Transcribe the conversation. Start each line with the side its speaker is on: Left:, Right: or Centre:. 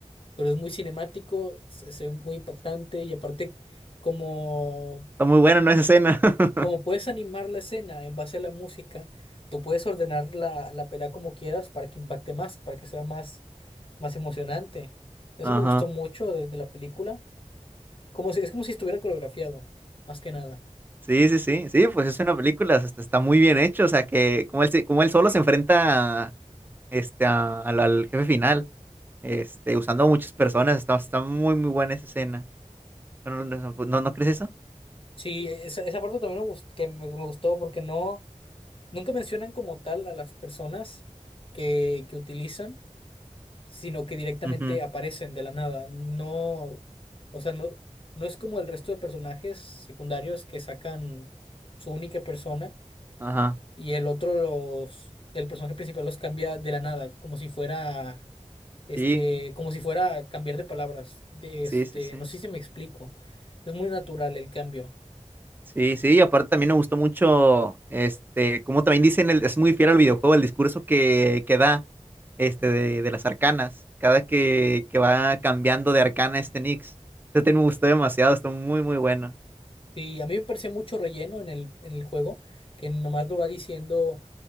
Left: pero es muy cinemático, se, se ve muy impactante y aparte como,
Right: Está muy bueno, ¿no? Esa escena.
Left: como
Right: <laughs>
Left: puedes animar la escena en base a la música, tú puedes ordenar la, la pelea como quieras para que impacte más, para que sea más, más emocionante. Eso
Right: Ajá.
Left: me gustó mucho de, de la película, como si, es como si estuviera coreografiado, más que nada.
Right: Sí, sí, sí, sí, pues es una película, hasta está está muy bien hecho, o sea que como él, se- como él solo se enfrenta a- este, a- al, al jefe final, este, usando a muchas personas, está, está muy, muy buena esa escena. Bueno, ¿No, no, pues, no- ¿no crees eso?
Left: Sí, esa, esa parte también me gustó, que me, me gustó porque no, nunca mencionan como tal a las personas que, que utilizan. sino que directamente
Right: Ujú,
Left: aparecen de la nada. No, o sea, no, no es como el resto de personajes secundarios que sacan su única persona
Right: Ajá,
Left: y el otro los, el personaje principal los cambia de la nada, como si fuera, este,
Right: sí,
Left: como si fuera cambiar de palabras. De
Right: sí,
Left: este,
Right: sí, sí.
Left: no sé si me explico. Es muy natural el cambio.
Right: Sí, sí, y aparte también me gustó mucho, este, como también dicen, el, es muy fiel al videojuego, el discurso que, que da, este, de, de las arcanas, cada que, que va cambiando de arcana este Nix. Este me gustó demasiado, está muy, muy bueno.
Left: Y a mí me parecía mucho relleno en el, en el juego, que nomás lo va diciendo